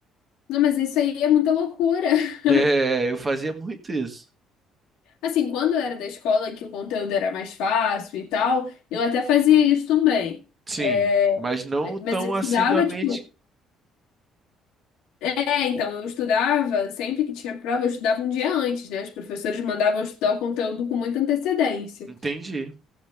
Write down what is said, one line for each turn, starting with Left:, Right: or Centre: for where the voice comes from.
Left: não, mas isso aí é muita loucura. <laughs>
Right: É, eu fazia muito isso.
Left: Assim, quando eu era da escola, que o conteúdo era mais fácil e tal, eu até fazia isso também.
Right: Sim,
Left: É,
Right: mas não tão
Left: mas eu estudava,
Right: assiduamente.
Left: tipo, é, então, eu estudava, sempre que tinha prova, eu estudava um dia antes, né? Os professores mandavam eu estudar o conteúdo com muita antecedência.
Right: Entendi,